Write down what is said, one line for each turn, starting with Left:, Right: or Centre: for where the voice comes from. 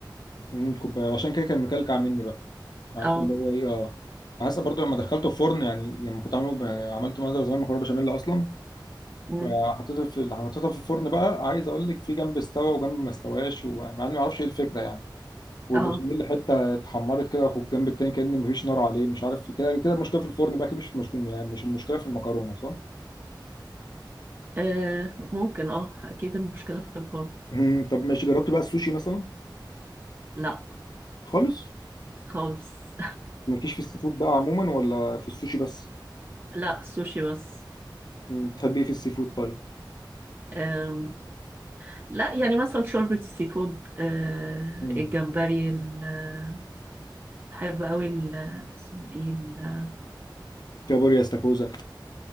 Left: امم كوبايه عشان كده كان مكلكع مني بقى عارفه
Right: اه
Left: اللي هو ايه اه حاسس برضه لما دخلته الفرن يعني لما كنت عامله ب- عملت مره زمان مكرونه بشاميل اصلا
Right: مم.
Left: فحطيته في حطيتها في الفرن بقى عايز اقول لك في جنب استوى وجنب ما استواش ومع اني ما اعرفش ايه الفكره يعني والبشاميل
Right: اه
Left: حته اتحمرت كده في الجنب التاني كأن مفيش نار عليه مش عارف في كده كده المشكله في الفرن بقى كده مش في المشكله يعني مش المشكله في المكرونه صح؟
Right: آه، ممكن اه اكيد المشكلة في الفرن
Left: مم. طب ماشي جربت بقى السوشي مثلا
Right: لا
Left: خالص؟
Right: خالص
Left: مالكيش في السي فود بقى عموما ولا في السوشي بس؟
Right: <laughs> لا سوشي بس
Left: مم. بتحبي ايه في السي فود طيب؟
Right: آم، لا يعني مثلا شوربة السي فود آه،
Left: مم.
Right: الجمبري ال- بحب قوي ال- اسمه ايه ال-
Left: كابوريا استاكوزا